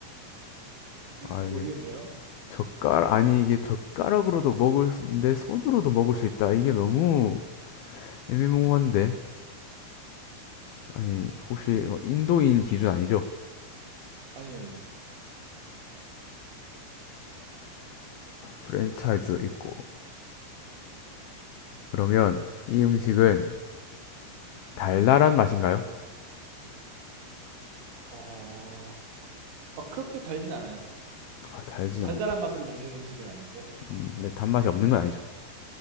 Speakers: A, on the right (about 70°); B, on the left (about 85°).
A: <laughs>
B: 아 이게
A: 모르겠네요.
B: 젓가락 아니 이게 젓가락으로도 먹을 수- 내 손으로도 먹을 수 있다. 이게 너무 애매모호한데 아니 혹시 뭐 인도인 기준 아니죠?
A: 아니에요, 아니에요.
B: 프랜차이즈 있고 그러면 이 음식은 달달한 맛인가요?
A: 어, 막 그렇게 달진 않아요.
B: 아 달진
A: 달달한
B: 않다.
A: 맛으로 먹는 음식은 아니고,
B: 음, 근데 단맛이 없는 건 아니죠.